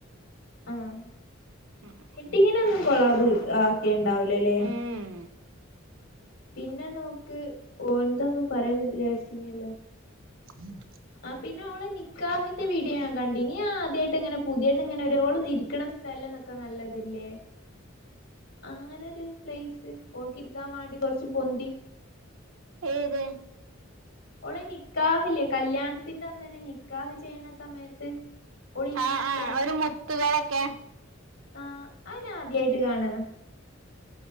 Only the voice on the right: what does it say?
മ് മ്
ഉം
ഉം
ഏത്...
ആ
ആ ഒരു മുത്തുകളൊക്കെ